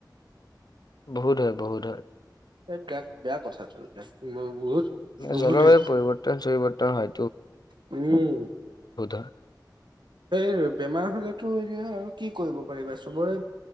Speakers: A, on the left (about 60°); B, on the right (about 85°).
A: বহুত হয় বহুত হয়
B: এইবিলাক বেয়া কথাটো এইবিলাক বহুত বহুতে
A: জলবায়ু পৰিৱৰ্তন চৰিৱৰ্তন হয়
B: উম
A: হয়
B: সেই বেমাৰ হলেতো এয়া আৰু কি কৰিব পাৰিবা চবৰে